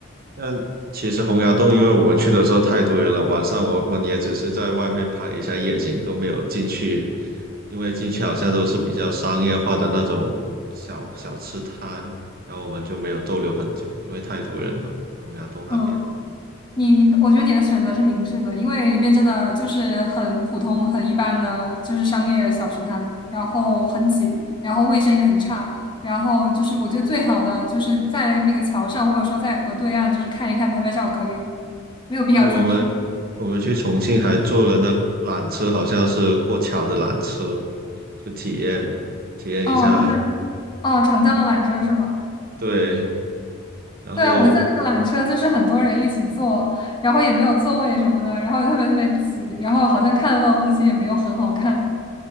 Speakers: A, on the right; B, on the left.
A: 但其实洪崖洞，因为我们去的时候太多人了，晚上我们也只是在外面拍一下夜景，都没有进去，因为进去好像都是比较商业化的那种小小吃摊，然后我们就没有逗留很久，因为太多人了，洪崖洞那边。
B: 嗯，你你，我觉得你的选择是明智的，因为里面真的就是很普通、很一般的，就是商业小吃摊，然后很挤，然后卫生也很差，然后就是我觉得最好的就是在那个桥上，或者说在河对岸，就是看一看、拍拍照可以了，没有必要进去。
A: 对，我们我们去重庆还坐了那个缆车，好像是过桥的缆车，就体验体验一下。
B: 哦，就是，
A: <laughs>
B: 哦，长江的缆车是吗？
A: 嗯，对。然后，
B: 对啊，我记得那个缆车就是很多人一起坐，然后也没有座位什么的，然后也特别特别挤，然后好像看得到的东西也没有很好看。